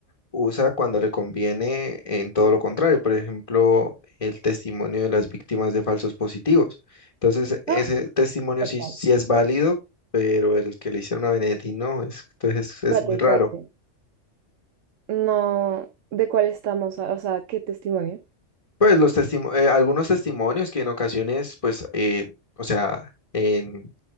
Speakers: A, on the left; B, on the right.
A: usa cuando le conviene en todo lo contrario, por ejemplo, el testimonio de las víctimas de falsos positivos. Entonces, ese
B: Ah,
A: testimonio
B: total.
A: sí, sí es válido, pero el que le hicieron a Benedetti no, es, entonces es
B: Espérate,
A: muy
B: espérate.
A: raro.
B: no, ¿de cuál estamos? O sea, ¿qué testimonio?
A: Pues los testimo- eh, algunos testimonios que en ocasiones, pues, eh, o sea, en